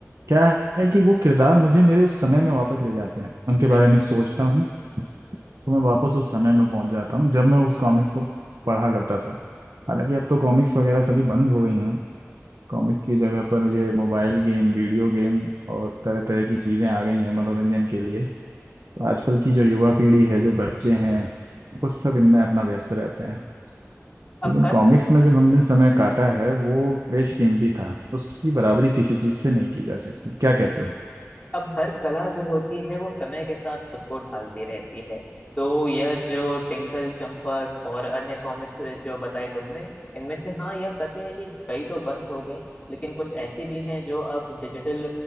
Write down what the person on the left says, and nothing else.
बिल्कुल
अब
हर
अब हर कला जो होती है वो समय के साथ खुद को ढालती रहती है तो यह जो टिंकल चंपक और अन्य कॉमिक्स जो बताई तुमने इनमें से हाँ यह सत्य है कि कई तो बंद हो गई लेकिन कुछ ऐसी भी हैं जो अब डिजिटल